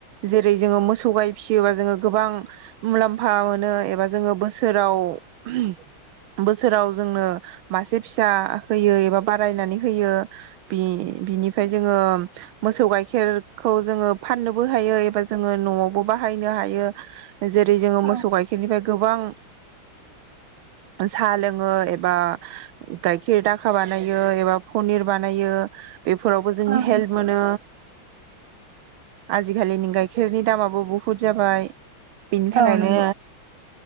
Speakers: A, on the right; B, on the right.
A: जेरै जोङो मोसौ गाय फिसियोबा जोङो गोबां मुलाम्फा मोनो एबा जोङो बोसोराव बोसोराव जोंनो मासे फिसा होयो एबा बारायनानै होयो। बि बिनिफ्राय जोङो मोसौ गाइखेरखौ जोङो फाननोबो हायो एबा जोङो न'आवबो बाहायनो हायो। जेरै जोङो मोसौ
B: औ
A: गाइखेरनिफ्राय गोबां साहा लोङो एबा गायखेर दाखा बानायो एबा पनिर बानायो। बेफोरावबो जोंनि
B: उम
A: हेल्प मोनो। आजिखालिनि गाइखेरनि दामाबो बुहुद जाबाय। बिनि
B: औ
A: थाखायनो
B: नंगौ